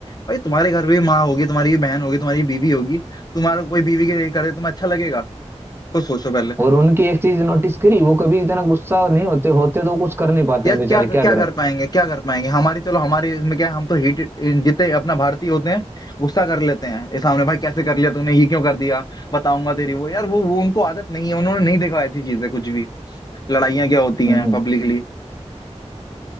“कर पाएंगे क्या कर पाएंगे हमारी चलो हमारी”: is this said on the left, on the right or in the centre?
Left